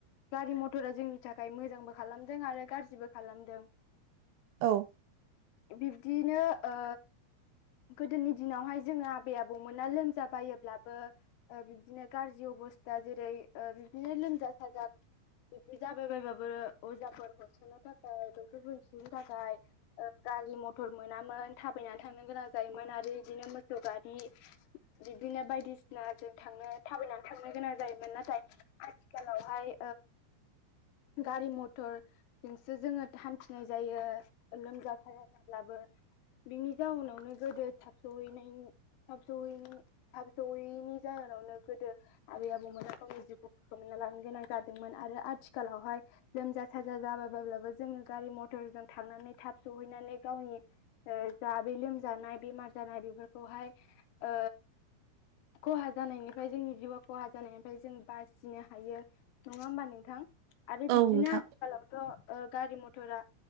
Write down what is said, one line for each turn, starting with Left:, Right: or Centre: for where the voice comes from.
Left: गारि मथरा जोंनि थाखाय मोजांबो खालामदों आरो गाज्रिबो खालामदों
Right: औ
Left: बिब्दियैनो ओ गोदोनि दिनावहाय जोङो बे आबौमोना लोमजा बायोब्लाबो बिबदिनो गाज्रि अबस्था जेरै बिबदिनो लोमजा साजा बिब्दि जाबाय बायबाबो अजाफोर होसोनो थाखाय डक्टरफोर होसोनो थाखाय गारि मथर मोनामोन थाबायनानै थांनो गोनां जायोमोन आरो बिदिनो मोसौ गा बि बिदिनो बायदिसिना जों थांनो थाबायनानै थांनो गोनां जायोमोन नाथाय आथिखालावहाय गारि मथर जोंसो जोङो हान्थिनाय जायो लोमजा साजा जाब्लाबो बिनि जाउनावनो गोदो थाब सहैनायनि थाब सहैनाय थाब जयैनि जाहोनावनो गोदो आबै आबौमोना गावनि जिउखौ खना लानो गोनां जादोंमोन आरो आथिखालावहाय लोमजा साजा जाबाय बाबब्लाबो जोङो गारि मथरजों थांनानै थाब सहैनानै गावनि ज बे लोमजानाय बेमार जानाय बेफोरखौहाय ओ खहा जानायनिफ्राय जोंनि जिउआ खहा जानायनिफ्राय जों बासिनो हायो। नङा होमबा नोंथां? आरो बिब्दिनो
Right: औ नोंथां
Left: आथिखालावथ' गारि मथरा